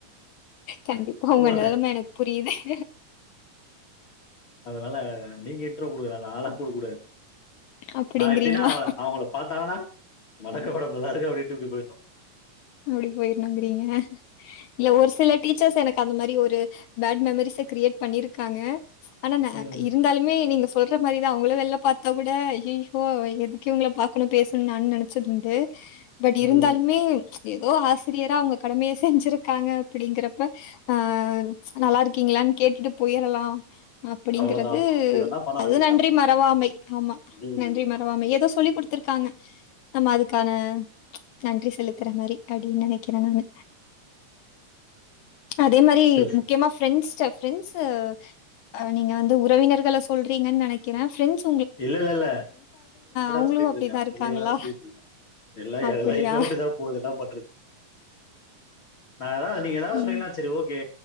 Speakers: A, on the left (about 75°); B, on the left (about 50°).
A: கண்டிப்பா உங்க
B: ஓட
A: நெலம எனக்கு புரியிது <inaudible>
B: அதனால நீங்க இன்ட்ரோ குடுக்கலா நாலா குடுக் குடாது
A: அப்படிங்கிறீங்களா?
B: நா எப்டின்னா அவுங்கள அவுங்கள பாத்தானா வணக்ககூட நல்லாருக்க அப்டின்ட்டு இப்டி போயிட்னு
A: அப்டி போயிர்ணுங்கிறீங்க இல்ல ஒரு சில டீச்சர்ஸ் எனக் கந்த மாரி ஒரு பேட் மெமரிஸ் ஸு கிரியேட் பண்ணிருக்காங்க ஆன ந
B: ம்
A: இருந்தாலுமே நீங்க சொல்ற மாரி தா அவுங்கள வெள்ல பாத்தா கூட அய்யய்யோ எதுக்கு இவுங்கள பாக்கணு பேசணு நானு நென ச்சதுண்டு பட் இருந்தாலுமே
B: ம்
A: எதோ ஆசிரியரா அவுங்க கடமைய செஞ்சுருக்காங்க அப்பிடிங்கிறப்ப ஆ நல்லாருக்கீங்ளான் கேட்டுட்டு போயிரலா அப்பிடிங்குறது
B: அவ்ளோதா ஆமா அப்டி வேணா பண்ண
A: அதுவு
B: வேண்டியதுதா
A: நன்றி மறவாமை ஆமா
B: ம்
A: நன்றி மறவாமை எதோ சொல்லி குடுத் துருக்காங்க நம்ம அதுக்கான நன்றி செலுத்துற மாரி படி நெனக்கிறெ நானு அதே மாரி
B: சொல்லு
A: முக்கியமா ஃப்ரெண்ட்ஸ்ட்ட ஃப்ரெண்ட்ஸு ஆ நீங்க வந்து உறவினர்கள சொல்றீங்கன் நெனக்கிறே ஃபிரண்ட்ஸ்
B: இல்லெல்லெல்ல
A: அவங்களும்
B: ஃப்ரெண்டுகளேதா
A: அப்படிதான்
B: <unintelligible> ஃப்ரெண்டுகளேதா
A: இருக்காங்களா?
B: சொல்லிட்ருக்க இல்ல ஏ
A: அப்படியா?
B: லைஃபே அப்டிதா போது என்னா பண்ற நா எதா நீங்க எதாவ்து
A: ம்.
B: சொன்னீங்கனா செரி ஓகே